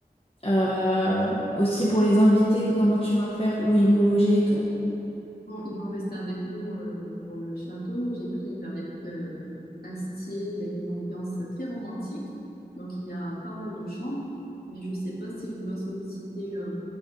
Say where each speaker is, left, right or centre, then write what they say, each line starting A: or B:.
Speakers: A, on the left (about 35°); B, on the left (about 65°).
A: Euh, aussi pour les invités, comment tu vas faire, où ils vont loger et tout.
B: Bon, ils vont rester avec nous euh, dans le château. J'ai pris avec euh, un style et une ambiance très romantique. Donc, il y a pas mal de chambres, mais je ne sais pas si je dois solliciter euh,